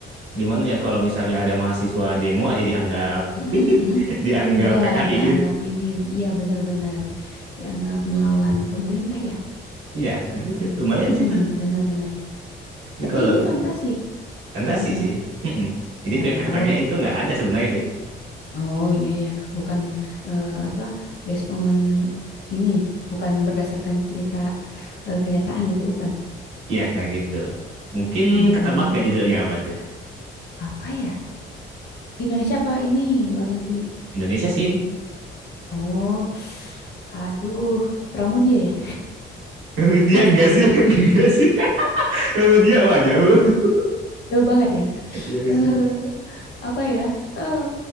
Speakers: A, on the right (about 85°); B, on the left (about 55°).
A: gimana ya kalau misalnya ada mahasiswa demo aja dianggap
B: mm-mm, mm-mm.
A: <laughs> dianggap
B: Iya,
A: PKI.
B: dianggap ini, iya benar-benar dianggap melawan pemerintah ya.
A: Iya, nah itu lumayan
B: Hmm,
A: sih tuh.
B: benar-benar.
A: Jadi
B: Tapi
A: kalau
B: ini
A: ini
B: fantasi
A: fantasi
B: maksudnya.
A: sih. Mm-mm. Jadi
B: Oh,
A: ke- karakternya itu nggak ada sebenarnya sih.
B: oh iya ya, bukan eh, apa based on ini, bukan berdasarkan cerita eh, kenyataan gitu, bukan.
A: Iya, nah gitu. Mungkin
B: Hmm,
A: ketebak gak judulnya apa tuh?
B: apa ya? Indonesia apa ini luar negeri?
A: Indonesia sih ini.
B: Oh, aduh, Pramudia ya?
A: <laughs> Dia
B: Enggak
A: enggak
B: sih,
A: sih, <laughs> enggak sih. Sama dia wah jauh. <laughs>
B: jauh banget ya.
A: Iya sih.
B: Eh, apa ya? Eh,